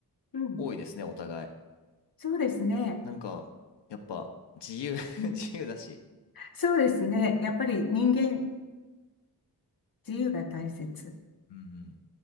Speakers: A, on the left; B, on the left.
A: うん
B: 多いですね、お互い。
A: そうですね。
B: なんか、やっぱ自由 <laughs>
A: うん
B: 自由だし。
A: そうですね。やっぱり人間、自由が大切。
B: うんうん